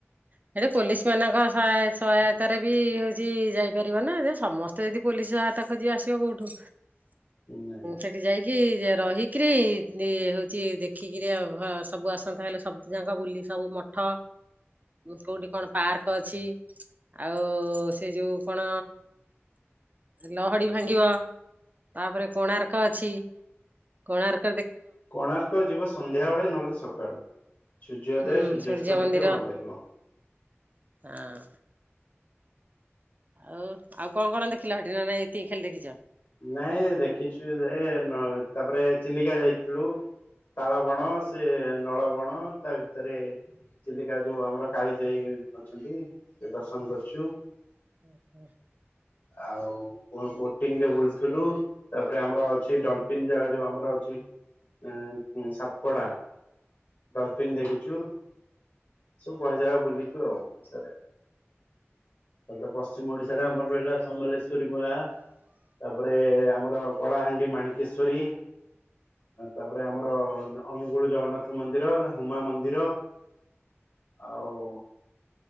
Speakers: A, on the right; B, on the left.
A: ସେଠି ପୋଲିସ ମାନଙ୍କ ସହାୟତାରେ ବି ହଉଛି ଯାଇପାରିବ ନା, ଯେ ସମସ୍ତେ ଯଦି ପୋଲି <unintelligible> ଆସିବ କଉଠୁ
B: ନାଇଁ
A: ସେଠୀ ଯାଇକି ରହିକିରି, ହଉଛି ଦେଖିକିରି, ସବୁ ଆସନ୍ତା ହେଲେ ସବୁ ଯାକ ବୁଲି ସବୁ ମଠ, କୋଉଠି କଣ ପାର୍କ ଅଛି? ଆଉ ସେ ଯୋଉ କଣ? ଲହଡି ଭାଙ୍ଗିବ। ତାପରେ କୋଣାର୍କ ଅଛି, କୋଣାର୍କ
B: କୋଣାର୍କ ଯିବ ସନ୍ଧ୍ୟାବେେଳେ, ନହେଲେ ସକାଳୁ ସୂର୍ଯ୍ୟ
A: ହୁଁ
B: ସୂର୍ଯ୍ୟାସ୍ତ
A: ସୂର୍ଯ୍ୟ ମନ୍ଦିର
B: ଦେଖିବା ଭଲ ଲାଗିବ।
A: ହଁ ଆଉ ଆଉ କଣ କଣ ଦେଖିଲ ହେଟି, ନା ନାଇଁ ଏତିକି ଖାଲି ଦେଖିଛ।
B: ନାଇଁ ଦେଖିଛୁ, ସେ ତାପରେ ଚିଲିକା ଯାଇଥିଲୁ। ତାଳବଣ ସେ ନଳବଣ, ତା ଭିତରେ ଚିଲିକା ଯୋଉ ଆମର କାଳି ଯାଇ ଅଛନ୍ତି। ସେ ଦର୍ଶନ କରଛୁ।
A: <inaudible>
B: ଆଉ ବୋଟିଂରେ ବ ଥିଲୁ, ତାପରେ ଆମର ଅଛି ଡ଼ଲଫିନ ଜାଗା ଯୋଉ ଆମର ଅଛି ଉ ସାତପଡ଼ା ଡଲଫିନ ଦେଖିଛୁ, ସବୁ ବହେଜାଗା ବୁଲିଛୁ ଆଉ, ଓଡ଼ିଶାରେ ଆଉ ତାପରେ ପଶ୍ଚିମ ଓଡିଶାରେ ଆମର ରହିଲା- ସମଲେଶ୍ଵରୀ ମ ତାପରେ ଆମର କଳାହାଣ୍ଡି -ମାଣିକେଶ୍ଵରୀ, ତାପରେ ଆମର ଅନୁଗୁଳ ଜଗନ୍ନାଥ ମନ୍ଦିର, ହୁମା ମନ୍ଦିର ଆଉ